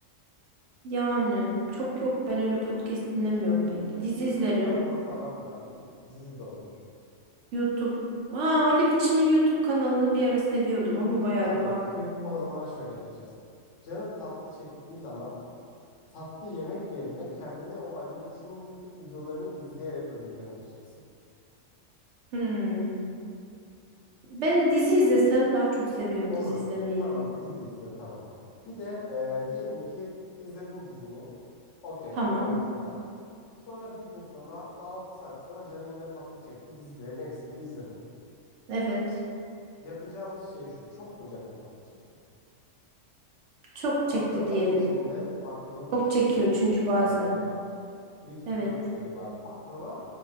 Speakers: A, on the right; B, on the left.
A: yani çok yok ben öyle podcast dinlemiyorum pek.
B: Peki
A: Dizi
B: YouTube
A: izlerim.
B: kanalı falan var mı? Dizi de olur.
A: YouTube. Aa, Ali Biçim'in YouTube kanalını bir ara seviyordum ama bayağıdır
B: Tamam.
A: bakmıyorum.
B: O zaman şöyle yapacağız. Canın tatlı çektiği zaman tatlı yemek yerine kendini o Ali Biçim'in YouTube videolarını izleyerek ödüllendireceksin.
A: Hmm. Ben dizi izlesem daha çok seviyorum
B: Olur.
A: dizi izlemeyi.
B: Tamam dizi izle tamam. Bir de e, diyelim ki izledin dizini. Okey
A: Tamam.
B: On numara. Sonra bir gün sonra hatta 6 saat sonra canın yine tatlı çekti. Dizilerin hepsini de izledin.
A: Evet.
B: Yapacağımız şey şu. Çok mu canın tatlı çekti?
A: Çok çekti
B: Baklavanın
A: diyelim.
B: içinde, baklavanın
A: Çok
B: içinde
A: çekiyor
B: bir
A: çünkü
B: sürü şerbet
A: bazen.
B: var. Bir sürü
A: Evet.
B: kalori var. Baklava